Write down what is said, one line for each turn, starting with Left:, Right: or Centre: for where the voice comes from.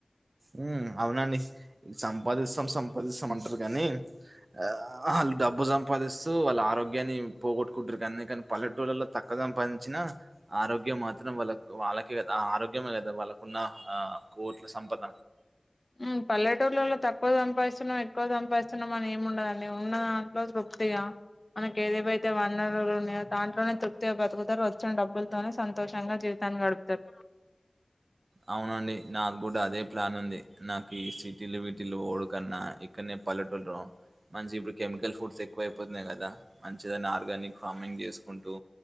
Right: మ్మ్ అవునండి సంపాదిస్తాం సంపాదిస్తాం అంటారు కానీ ఆ వాళ్ళు డబ్బు సంపాదిస్తూ వాళ్ళ ఆరోగ్యాన్ని పోగొట్టుకుంటారు అందుకని పల్లెటూళ్లలో తక్కువ సంపాదించిన ఆరోగ్యం మాత్రం వాళ్ళకు వాళ్ళకె కదా ఆ ఆరోగ్యమే కదా ఆ వాళ్ళకున్న ఆ కోట్ల సంపద
Left: మ్మ్ పల్లెటూర్లలో తక్కువ సంంపాదిస్తున్నాం ఎక్కువ సంంపాదిస్తున్నాం అని ఏమి ఉండదండి ఉన్న దాంట్లో తృప్తిగా మనకి ఏది ఏవి అయితే వనరులు ఉన్నాయో దాంట్లోనే తృప్తిగా బతుకుతారు వచ్చిన డబ్బులతోనే సంతోషంగా జీవిత తాన్ని గడుపుతారు
Right: అవునండి నాకు కూడా అదే ప్లాన్ ఉంది నాకు ఈ సిటీలు వీటిలో పోవుడు కన్నా ఇక్కన్నె పల్లెటూర్లో మంచిగా ఇప్పుడు కెమికల్ ఫుడ్స్ ఎక్కువ అయిపోతున్నాయి కదా మంచిగా దాన్ని ఆర్గానిక్ ఫార్మింగ్ చేసుకుంటూ